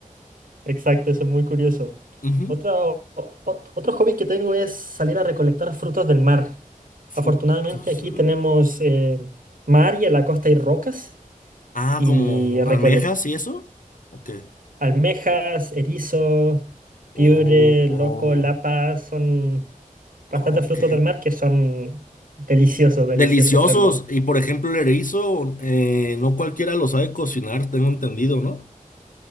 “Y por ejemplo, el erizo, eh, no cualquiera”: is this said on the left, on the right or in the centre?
Left